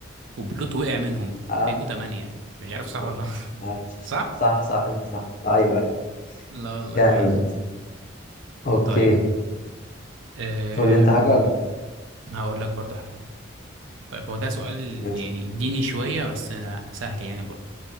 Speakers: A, on the right; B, on the left.
A: وبلوت وقع منهم
B: اه
A: فيبقوا تمانية مش عارف
B: بالظبط
A: صح ولا <laughs>
B: عاش
A: صح؟
B: صح صح انت صح ايوه ايوه
A: لا والله
B: جامد
A: ماشي
B: اوكي
A: طيب أم...
B: تقول لي انت حاجه ولا
A: هقول لك برضو حاجة طيب هو ده سؤال
B: ماشي
A: يعني ديني شوية بس سهل يعني برضه